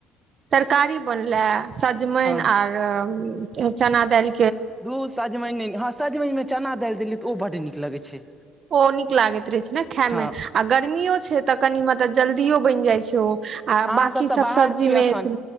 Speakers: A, on the right; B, in the centre.
A: तरकारी बनले सजमैन
B: हँ
A: आर चना दैल
B: धु सजमैन हँ सजमनिमे चना दैल देलियै तऽ ओ बड्ड नीक लगै छै
A: ओ नीक लागैत रहै छै ने खमे
B: हँ
A: आ गर्मियो छै तऽ कनि मतलब जल्दिओ बैन जैइ छै ओ
B: अहाँ
A: आ बकी
B: तऽ
A: सब
B: बाहर
A: सब्जीमे
B: छी अखन
A: एथि